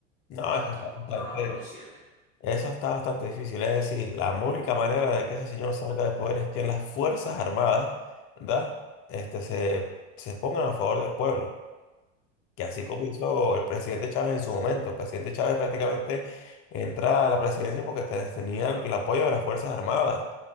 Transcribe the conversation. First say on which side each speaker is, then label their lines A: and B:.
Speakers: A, on the left; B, on the left.
A: No, eso
B: O tan
A: está
B: controlados
A: bastante.
B: los tiene.
A: Eso está bastante difícil. Es decir, la única manera de que ese señor salga de poder es que las Fuerzas Armadas, ¿verdad? Este, se, se pongan a favor del pueblo que así
B: Mm,
A: como hizo el presidente Chávez en su momento. El presidente Chávez prácticamente entra a la presidencia porque te- tenía el apoyo de las Fuerzas Armadas